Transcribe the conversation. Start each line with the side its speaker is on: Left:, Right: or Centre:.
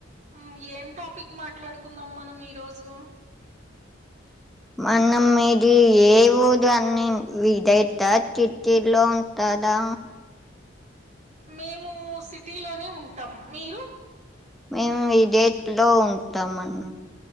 Right: మ్మ్ ఏం టాపిక్ మాట్లాడుకుందాం మనం ఈరోజు
Centre: మనం మీది ఏ ఊరు అన్ని ఇద అవుతది సిటీలో ఉంటారు దా
Right: మేము సిటీలోనే ఉంటాం. మీరు?
Centre: మేము ఈడేట్లో ఉంటాంమన్